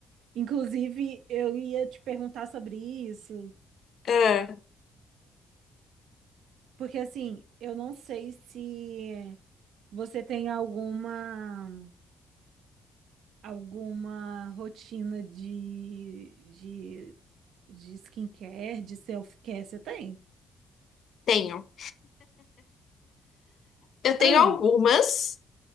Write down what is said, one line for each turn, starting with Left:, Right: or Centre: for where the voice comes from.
Right: Inclusive, eu ia te perguntar sobre isso,
Left: É,
Right: porque assim, eu não sei se você tem alguma alguma rotina de, de, de skincare, de self-care, você tem?
Left: tenho. Eu
Right: Ah,
Left: tenho algumas.